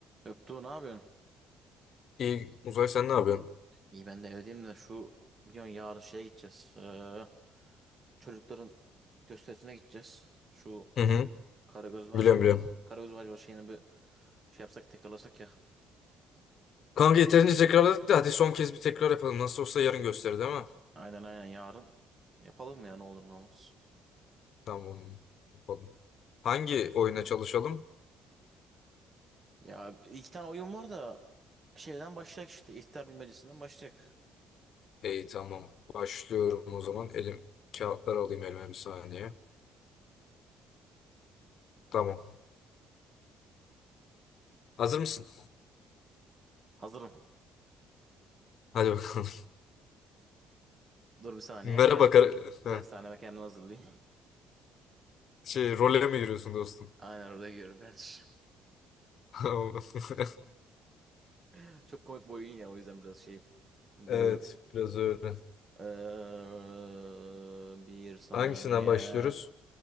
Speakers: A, on the right (about 30°); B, on the left (about 55°).
A: Göktuğ ne yapıyorsun?
B: İyi Uzay sen ne yapıyorsun?
A: İyi ben de evdeyim de şu biliyorsun yarın şeye gideceğiz. Ee, çocukların gösterisine gideceğiz. Şu
B: Hı hı.
A: Karagöz Hacivat,
B: Biliyorum biliyorum.
A: Karagöz Hacivat şeyini bir şey yapsak tekrarlasak ya.
B: Kanka yeterince tekrarladık da hadi son kez bir tekrar yapalım. Nasıl olsa yarın gösterir değil mi?
A: Aynen aynen yarın. Yapalım ya ne olur ne olmaz.
B: Tamam. Yapalım. Hangi oyuna çalışalım?
A: Ya iki tane oyun var da şeyden başlayacak işte. İhtar bilmecesinden başlayacak.
B: İyi tamam. Başlıyorum o zaman. Elim kağıtları alayım elime bir saniye. Tamam. Hazır mısın?
A: Hazırım.
B: Hadi bakalım.
A: Dur
B: <laughs>
A: bir saniye.
B: Merhaba
A: Kend
B: kar
A: dur.
B: Heh.
A: Dershaneme kendimi hazırlayayım.
B: şey role mi giriyorsun dostum?
A: <laughs> Aynen orada giriyorum kardeşim.
B: <laughs>
A: <laughs> Çok komik bir oyun ya o yüzden biraz şeyim. Gülüyorum.
B: Evet biraz öyle.
A: Ee, bir saniye.
B: Hangisinden başlıyoruz?